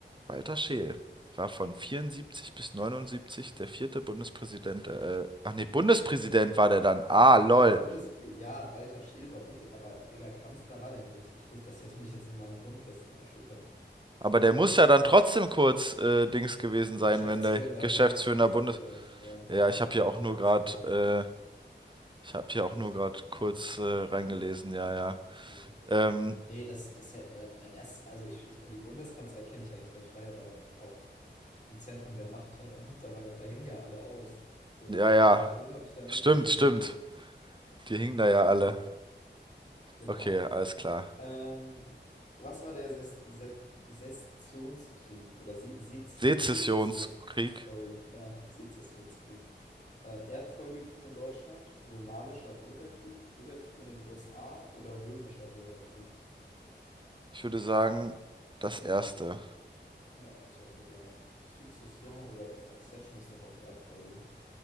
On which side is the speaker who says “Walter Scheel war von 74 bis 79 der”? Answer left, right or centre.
Right